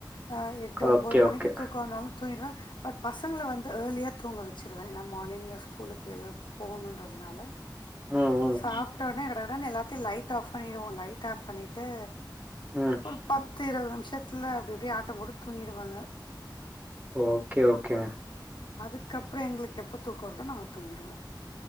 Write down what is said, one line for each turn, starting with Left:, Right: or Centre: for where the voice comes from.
Left: ஆ எட்டு
Right: ஓகே
Left: ஒம்பது மணிக்கி
Right: ஓகே
Left: தூக்கோ வந்தாலு தூங்கிடுவே பட் பசங்கள வந்து ஏர்லியா தூங்க வச்சுருவே ஏன்னா மார்னிங்க ஸ்கூலுக்கு எழுப் போகணுன்றதுனால
Right: ம் ம்
Left: சாப்ட்டோனே கடகடனு எல்லாத்தையு லைட் ஆஃப் பண்ணிருவோ லைட் ஆஃப் பண்ணிட்டு
Right: ம்
Left: ஒரு பத்து இருவது நிமிஷத்துல அப்டி இப்டி ஆட்டம் போட்டு துங்கிடுவாங்க
Right: ஓகே ஓகே மேம்
Left: அதுக்கப்றொ எங்ளுக்கு எப்ப தூக்க வருதோ நாங்க தூங்கிடுவோ